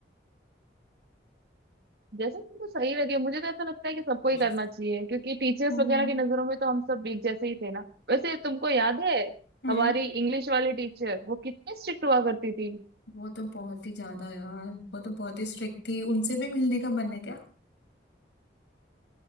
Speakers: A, on the right; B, on the left.
A: जैसे तुमको सही लगे मुझे तो ऐसा लगता है कि सबको
B: हम्म
A: ही करना चाहिए क्योंकि टीचर्स
B: हम्म
A: वगैरह की नजरों में तो हम सब एक जैसे ही थे ना वैसे तुमको याद है
B: हम्म
A: हमारी इंग्लिश वाली टीचर वो कितनी स्ट्रिक्ट हुआ करती थी
B: वो तो बहुत ही ज्यादा यार वो तो बहुत ही स्ट्रिक्ट थी उनसे भी मिलने का मन है क्या